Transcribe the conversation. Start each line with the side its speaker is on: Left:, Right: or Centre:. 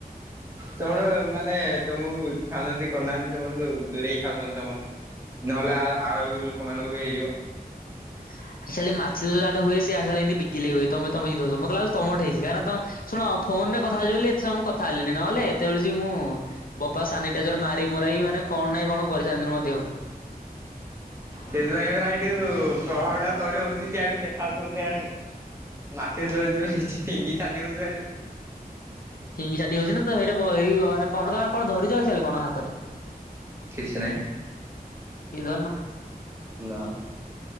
Right: ତମର ମାନେ ତମକୁ ଚାହୁଁଛନ୍ତି କରୁନାହାନ୍ତି ତମର ଯ ଦୂରେଇ ହି ଖାଉଛନ୍ତି ସମସ୍ତେ। ନହେଲେ ଆ ଆଉ ଲୋକମାନାନଙ୍କର ବି ହେଇଯିବ।
Left: <inaudible> ତମଠି ହେଇଛି କାରଣ ତମେ ଶୁଣ ଫୋନରେ କଥା ହେଛିହଲେ ଏତ ସମୟ କଥା ହେଲିନି ନହଲେ ସେତେବେଳେ ମୁଁ ବାପା ସାନିଟାଇଜର ମାରି ମରାଇ ମାନେ କଣ ନାଇଁ କଣ କରି ସାରନ୍ତିନି ମୋ ଦେହକୁ।
Right: ସେଥିପାଇଁ ପୁରରା ଏଇଠୁ ପ୍ରଭାବ ଟା ତଡ ହଉଛି ସେଆଡୁ ଦେଖା ହାଉଛି ମତେଆଡୁ। ମାଛଉଛି ବୋଲି ଫିଙ୍ଗି ଛାଟି ହଉଛି ବୋଲି।
Left: ଫିଙ୍ଗିଛାଟି ହଉଛି ନା ତ ସେଇ ମାନେ କଣ ତମେ କଣ ଧରିଛ ଚାଲେ କଣ ହାତରେ?
Right: କିଛି ନାହିଁ।
Left: <inaudible> ଆଉ
Right: ନା।